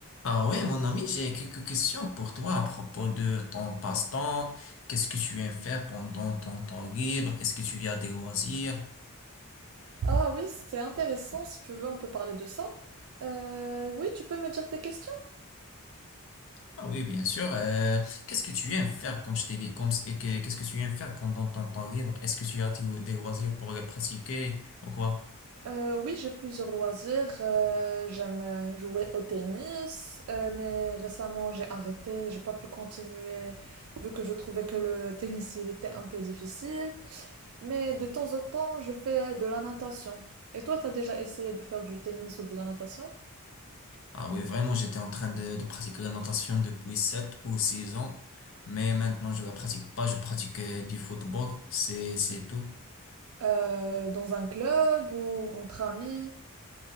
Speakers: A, on the left (about 60°); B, on the right (about 70°).
A: Ah ouais, mon ami, j'ai quelques questions pour toi à propos de ton passe-temps. Qu'est-ce que tu aimes faire pendant ton temps libre? Est-ce que tu as des loisirs?
B: Ah oui, c'est intéressant, si tu veux, on peut parler de ça. Euh, oui, tu peux me dire tes questions?
A: Ah oui, bien sûr. euh, qu'est-ce que tu aimes faire, comme je t'ai dit, comme, et que- qu'est-ce que tu aimes faire pendant ton temps libre? Est-ce que tu as des des loisirs pour les pratiquer ou quoi?
B: Euh, oui, j'ai plusieurs loisirs. euh, j'aime euh, jouer au tennis, euh, mais récemment j'ai arrêté, j'ai pas pu continuer vu que je trouvais que le tennis il était un peu difficile. Mais de temps en temps, je fais de la natation. Et toi, t'as déjà essayé de faire du tennis ou de la natation?
A: Ah oui, vraiment, j'étais en train de, de pratiquer la natation depuis 7 ou 6 ans, mais maintenant je la pratique pas, je pratique euh, du football, c'est, c'est tout.
B: Euh, dans un club ou entre amis?